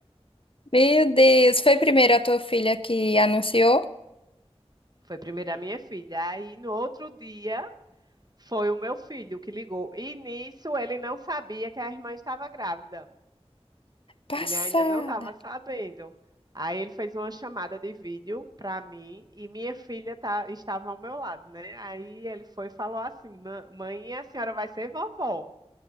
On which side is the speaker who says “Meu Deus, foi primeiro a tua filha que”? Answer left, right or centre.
Left